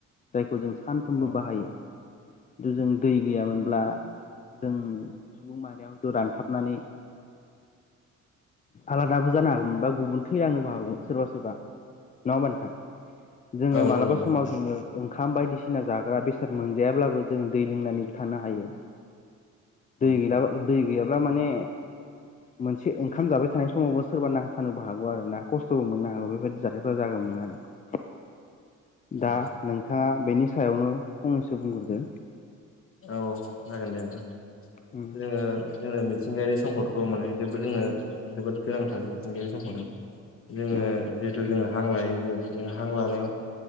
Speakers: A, on the left; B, on the left.
A: जायखौ जों सानफ्रोमबो
B: औ
A: बाहायो। खिन्थु जों दै गैयामोनब्ला जों सुबुं माहारियाव हयथ' रानथाबनानै आलादाबो जानो हागौमोन बा गुबुन थैलांनोबो हागौमोन सोरबा सोरबा नङा होमबा नोंथां। जोङो
B: औ
A: मालाबा
B: नंगौ नोंथां
A: समाव जोङो ओंखाम बायदिसिना जाग्रा बेसाद मोनजायाब्लाबो जोङो दै लोंनानै थानो हायो। दै
B: औ
A: गैलाबा दै गैयाब्ला माने मोनसे ओंखाम जाबाय थानाय समावबो सोरबा नांथारानोबो हागौ आरो ना खस्थ'बो मोननो हागौ बेबायदि जाथायफोरा जागौमोन आरो। दा
B: औ
A: नोंथाङा बेनि सायावनो फंनैसो बुंग्रोदो।
B: औ जागोन दे नोंथां
A: उम
B: जोङो जोंनो मिथिंगायारि सम्पदखौ माने जोङो जोबोद गोनांथार मिथिुंगायारि सम्दआ जोङो बे
A: औ
B: जिथु जोङो हां लायो जे जो हां लानायाव